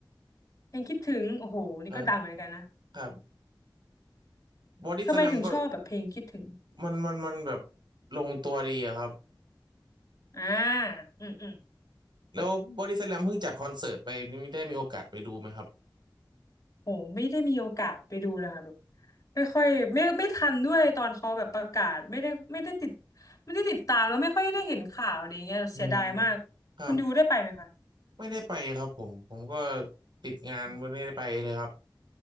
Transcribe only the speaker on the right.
ครับครับบอดี้สแลมก็
มันมันมันแบบลงตัวดีอะครับ
แล้วบอดี้สแลมเพิ่งจัดคอนเสิร์ตไปนี่ได้มีโอกาสไปดูไหมครับ
อืมครับ ไม่ได้ไปครับผมผมก็ติดงานไม่ได้ไปเลยครับ